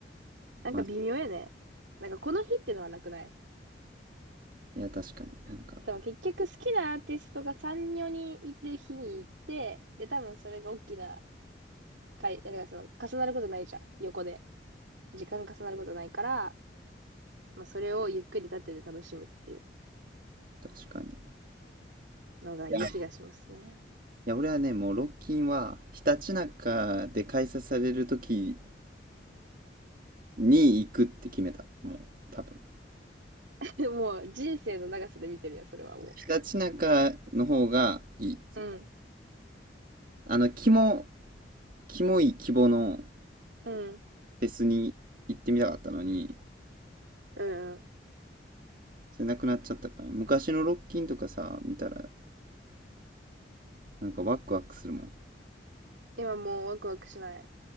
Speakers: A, on the right; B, on the right.
A: なんか微妙やね。
B: まあ、
A: なんかこの日ってのはなくない
B: いや、確かに、なんか、
A: 多分結局好きなアーティストが3、4人いる日に行って、で、多分それが大きな回、だからその重なることないじゃん、横で。時間重なることないから、まあそれをゆっくり立ってて楽しむっていう
B: 確かに。い
A: のがいい気がしますね。
B: やいや、俺はね、もう、ロッキンは、ひたちなかで開催されるときに行くって決めた。もう、多分。
A: <laughs> もう人生の長さで見てるよ、それはも
B: ひたちなかの方がいい。
A: う。うん、
B: あの、キモ、キモい規模の
A: うん、
B: フェスに行ってみたかったのに、
A: うん、うん。
B: それなくなっちゃったから。昔のロッキンとかさ、見たら、なんかワクワクするもん。
A: 今もうワクワクしない。